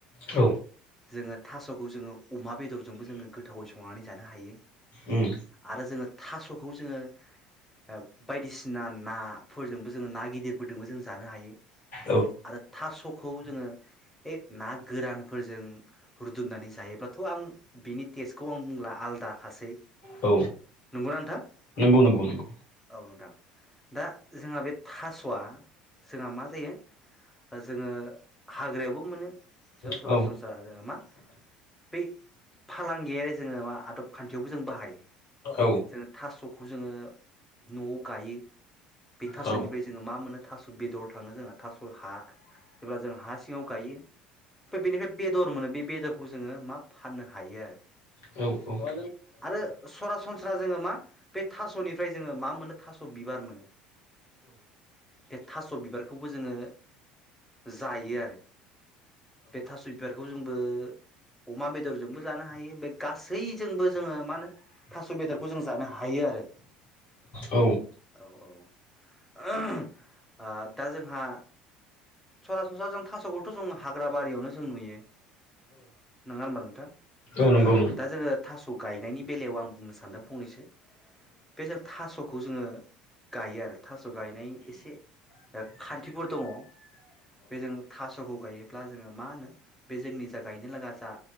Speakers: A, on the left; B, in the centre.
A: औ
B: जोङो थास'खौ जोङो अमा बेदरजोंबो जोङो गोथावै संनानै जानो हायो
A: उम
B: आरो जोङो थास' खौ जोङो ओ बायदिसिना ना फोरजोंबो जोङो ना गिदिरफोरजोंबो जों जानो हायो
A: औ
B: आरो थास'खौ जोङो ए ना गोरानफोरजों रुदुमनानै जायोब्लाथ' आं बिनि टेस्टखौ आं बुंला आलादाखासै।
A: औ
B: नंगौना नोंथां? औ
A: नंगौ नंगौ नंगौ
B: नोंथां दा जोंहा बे थास'आ जोंहा मा जायो जोङो हाग्रायावबो मोनो जों सरासनस्रा
A: औ
B: जोङो मा बै फालांगियारि जोङो मा आदब खान्थियावबो जों बाहायो
A: औ
B: जों थास'खौ जोङो न'आव गायो बे थास'निफ्राय
A: औ
B: जोङो मा मोनो थास' बेदर थाङो जोंहा थास' हा जेब्ला जों हा सिङाव गायो ओमफ्राय बेनिफ्राय बेदर मोनो बे बेदरखौ जोङो मा फाननो हायो आरो
A: औ नंगौ उम औ उम औ
B: आरो सरासनस्रा जोङो मा बे थास'निफ्राय जोङो मा मोनो थास' बिबार मोनो बे थास' बिबारखौबो जोङो जायो आरो बे थास' बिबारखौ जोंबो अमा बेदरजोंबो जानो हायो बे गासैजोंबो जोङो मा होनो थास' बेदरखौ जों ज दानो हायो आरो
A: औ
B: औ औ, आ दा जोंहा सरासनस्रा जों थास'खौथ' जों हाग्रा बारियावनो जों नुयो नोङा होनबा नोंथां?
A: औ नंगौ।
B: दा जोङो थास' गायनायनि बेलायाव आं बुंनो सानदों फंनैसो बे जों थास'खौ जोङो गायो आरो थास' गायनायनि एसे खान्थिफोर दङ बे जोङो थास'खौ गायोब्ला जोङो मा होनो बे जोंनि जा गायनो लागा जा